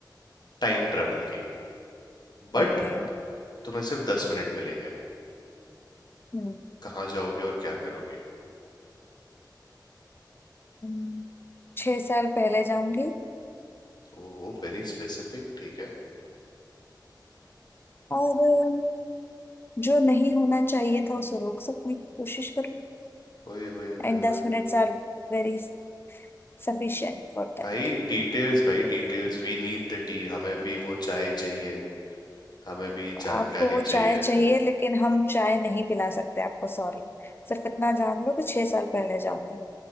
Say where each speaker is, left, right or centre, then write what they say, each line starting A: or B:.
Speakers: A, on the left (about 65°); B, on the left (about 30°).
A: टाइम ट्रेवल की बट
B: ओके
A: तुम्हें सिर्फ दस मिनट मिलेंगे
B: हम्म
A: कहाँ जाओगे और क्या करोगे
B: हम्म। छह साल पहले जाऊंगी
A: ओहो वेरी स्पेसिफिक ठीक है
B: और जो नहीं होना चाहिए था उसे रोक सकने की कोशिश करूँ
A: ओए होए होए
B: एंड दस
A: होए
B: minutes are very sufficient for that
A: भाई डिटेल्स भाई details we need the tea हमें भी वो चाय चाहिए हमें भी जानकारी
B: आपको वो चाय
A: चाहिए
B: चाहिए लेकिन हम चाय नहीं पिला सकते आपको सॉरी सिर्फ इतना जान लो कि छह साल पहले जाऊंगी